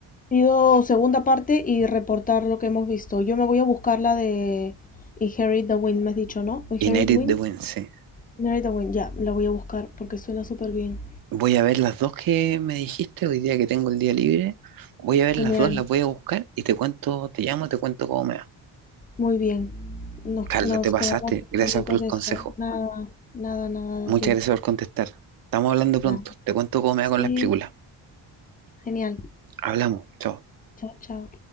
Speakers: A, on the left; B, on the right.
A: pido segunda parte y reportar lo que hemos visto. Yo me voy a buscar la de Inherit the Wind, me has dicho, ¿no? Inherit
B: Y Inherit
A: Wind.
B: de Wednesday.
A: Inherit the Wind, ya, la voy a buscar porque suena súper bien.
B: Voy a ver las dos que me dijiste hoy día que tengo el día libre. Voy a ver
A: Genial,
B: las dos, las voy a buscar y te cuento, te llamo, te cuento cómo me va.
A: muy bien. Nos,
B: Carla,
A: nos
B: te pasaste.
A: quedamos
B: Gracias
A: pendientes
B: por el
A: de
B: consejo.
A: eso. Nada, nada, nada
B: Muchas
A: de ti.
B: gracias por contestar. Estamos hablando pronto.
A: Nada.
B: Te cuento cómo me
A: Sí,
B: va con las películas.
A: genial.
B: Hablamos. Chao.
A: Chao, chao.